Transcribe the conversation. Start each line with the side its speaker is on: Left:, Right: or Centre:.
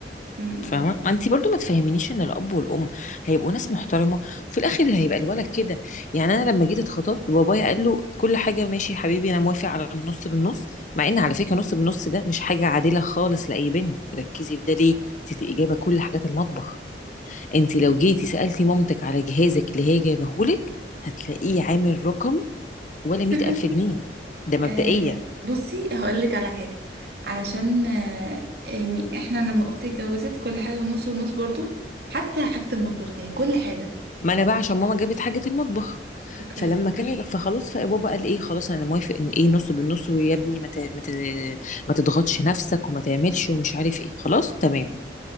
Right: امم
Left: فاهمه ما انت برضو ما تفهمينيش ان الاب والام هيبقوا ناس محترمه وفي الاخر هيبقى الولد كده يعني انا لما جيت اتخطبت بابايا قال له كل حاجه ماشي يا حبيبي انا موافق على النص بالنص مع ان على فكره نص بالنص ده مش حاجه عادله خالص لاي بنت ركزي في ده ليه انت جايبه كل حاجات المطبخ انت لو جيتي سالتي مامتك على جهازك اللي هي جايبهولك هتلاقيه عامل رقم ولا مئة
Right: <laughs>
Left: الف جنيه ده مبدئيا
Right: آه بصي هقول لك على حاجه علشان آه يعني احنا لما اختي اتجوزت كل حاجه ونص ونص برضو حتى حاجه المطبخ يعني كل حاجه
Left: ما انا بقى عشان ماما جابت حاجه المطبخ
Right: اوكي
Left: فلما كان فخلاص فبابا قال ايه خلاص انا موافق ان ايه نص بالنص ويا ابني ما ت- ما ت- ما تضغطش نفسك وما تعملش ومش عارف ايه خلاص تمام